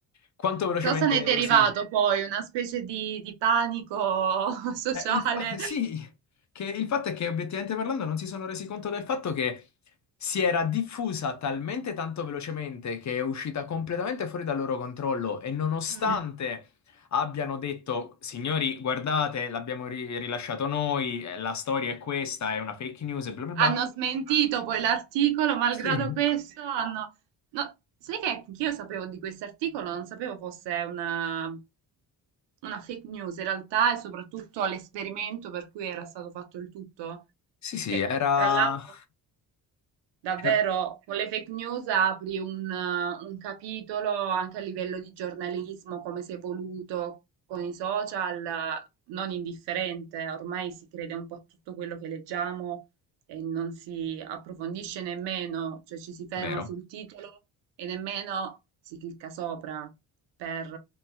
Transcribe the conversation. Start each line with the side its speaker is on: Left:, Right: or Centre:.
Left: <laughs> quanto velocemente
Right: Cosa ne è derivato
Left: si
Right: poi? Una specie di, di panico <laughs> sociale.
Left: Eh, il fa- <laughs> sì, che il fatto è che obiettivamente parlando non si sono resi conto del fatto che si era diffusa talmente tanto velocemente che è uscita completamente fuori dal loro controllo e nonostante
Right: Mm.
Left: abbiano detto, signori, guardate, l'abbiamo ri- rilasciato noi, eh, la storia è questa, è una fake news e bla bla bla.
Right: Hanno smentito poi l'articolo, malgrado
Left: Sì,
Right: questo hanno... no, sai che io sapevo di questo articolo, non sapevo fosse una, una fake news in realtà e soprattutto l'esperimento per cui era stato fatto il tutto,
Left: sì, sì,
Right: che
Left: era...
Right: tra l'altro...
Left: <laughs>
Right: Davvero,
Left: era
Right: con le fake news apri un, eh, un capitolo anche a livello di giornalismo, come si è evoluto con i social, eh, non indifferente. Ormai si crede un po' a tutto quello che leggiamo e non si approfondisce nemmeno, cioè ci si ferma
Left: vero.
Right: sul titolo e nemmeno si clicca sopra per